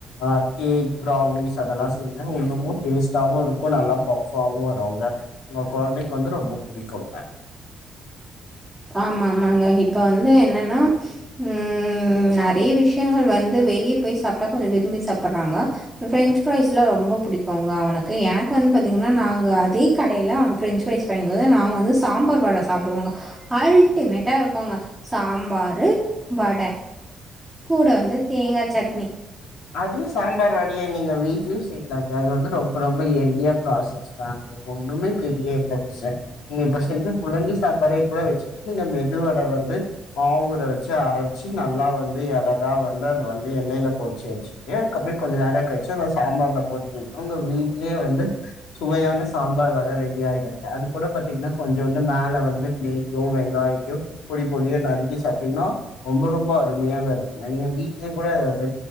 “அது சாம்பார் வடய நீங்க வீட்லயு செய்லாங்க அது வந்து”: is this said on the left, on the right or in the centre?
Left